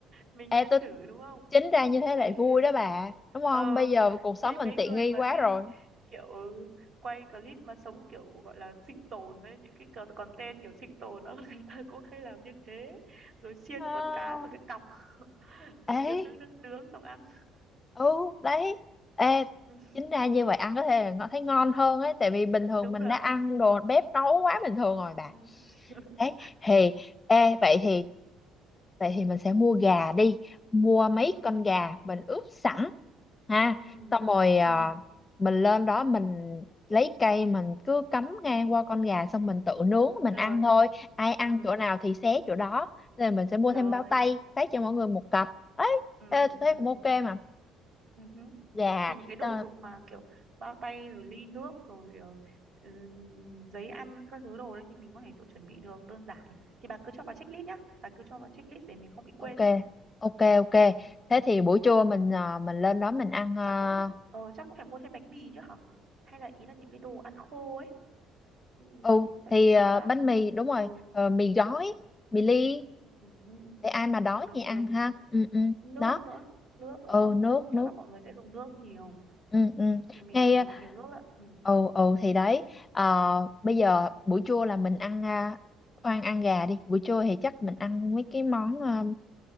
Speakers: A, on the right; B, on the left.
A: mình
B: e
A: nên
B: tôi
A: thử đúng không
B: chính ra như thế
A: thấy
B: lại vui đó bà đúng không
A: ờ,
B: bây giờ cuộc sống
A: thấy
B: mình
A: mấy
B: tiện
A: người
B: nghi
A: mà
B: quá
A: đi
B: rồi
A: kiểu ừ, quay clip mà sống kiểu gọi là sinh tồn đấy những cái co- content kiểu sinh tồn đó <laughs> người ta cũng hay làm như thế rồi xiên
B: à,
A: con cá vào cái cọc <laughs>
B: ấy
A: để nướng nướng nướng nướng xong ăn
B: ừ đấy ê
A: ừ,
B: chính ra như vậy ăn có thể là nó thấy ngon hơn ấy tại vì bình thường
A: đúng
B: mình
A: rồi
B: đã ăn đồ bếp nấu quá bình thường rồi bà
A: ừ. <laughs>
B: đấy thì ê vậy thì vậy thì mình sẽ mua gà đi mua mấy
A: ừ
B: con gà mình ướp sẵn ha
A: ừ
B: xong rồi
A: ừ
B: à, mình lên đó mình lấy cây mình cứ cắm ngang qua con gà xong mình tự nướng mình
A: rồi
B: ăn thôi ai ăn
A: ừ
B: chỗ nào thì xé chỗ đó nên là mình sẽ mua
A: rồi
B: thêm bao tay phát cho mọi người một cặp ấy
A: ừ
B: ê, tôi thấy
A: ừ
B: cũng ok mà
A: ừ hứ.
B: gà
A: thì những cái đồ
B: ờ,
A: dùng mà kiểu bao tay rồi ly nước rồi ờ, ừ, giấy ăn các thứ đồ đấy thì mình có thể tự chuẩn bị được đơn giản thì bà cứ cho bà checklist nhá bà cứ cho bà checklist để mình không bị quên
B: ok
A: đấy
B: ok ok
A: ừ
B: thế thì buổi trưa mình à, mình lên đó mình ăn uh,
A: chắc cũng ờ, chắc cũng phải mua thêm bánh mì chứ hả hay là ý là những cái đồ ăn khô ấy ừ,
B: ừ
A: tại
B: thì
A: vì sợ
B: à,
A: là
B: bánh mì đúng rồi
A: ừ,
B: ờ, mì gói mì ly
A: ừ, ừ, ừ.
B: để ai mà đói
A: được được
B: thì ăn
A: được
B: ha ừ ừ
A: nước
B: đó
A: nữa nước đúng
B: ừ
A: không
B: nước
A: nước chắc
B: nước
A: là mọi người sẽ dùng nước nhiều
B: ừ ừ
A: thì mình
B: ngay
A: phải chuẩn bị nhiều nước ạ ừ
B: ừ ừ thì đấy Ờ, bây giờ buổi trưa là mình ăn à, khoan ăn gà đi buổi trưa thì chắc mình ăn mấy cái món à,